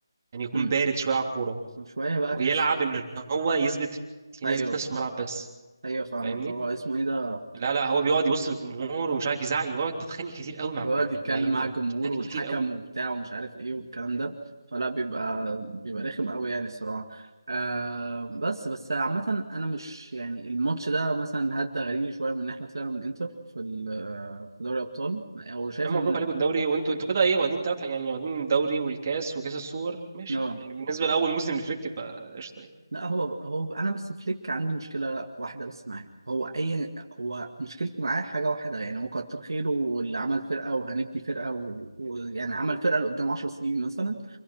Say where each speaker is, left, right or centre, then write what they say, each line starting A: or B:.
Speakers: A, on the right; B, on the right.
A: يعني يكون
B: امم
A: بارد شوية على الكورة
B: وشويه بقى
A: ويلعب
B: تحس
A: ان هو يثبت يعني
B: ايوه
A: يثبت نفسه في الملعب بس
B: ايوه فاهمك
A: فاهمني
B: هو اسمه ايه ده
A: لا لا هو بيقعد يبص للجمهور ومش عارف يزعق يقعد بيتخانق كتير قوي مع
B: بيقعد يتكلم
A: اللعيبة
B: مع الجمهور
A: بيتخانق
B: والحكم
A: كتير قوي
B: وبتاع ومش عارف ايه والكلام ده فلا بيبقى بيبقى رخم قوي يعني الصراحه آه بس بس عامة أنا مش يعني الماتش ده مثلا هدى غريب شوية من إن إحنا طلعنا من إنتر في ال- في دوري الأبطال أو شايف
A: يا عم
B: إن
A: مبروك عليكم الدوري وانتوا انتوا كده ايه واخدين ثلاث يعني واخدين الدوري والكاس وكاس السوبر ماشي
B: آه
A: يعني بالنسبة لأول موسم لفليك بقى قشطة يعني
B: لا هو هو انا بس فليك عندي مشكله واحده بس معاه هو اي هو مشكلتي معاه حاجه واحده يعني هو كتر خيره واللي عمل فرقه وهنبني فرقه ويعني و... و- يعني عمل فرقه لقدام 10 سنين مثلا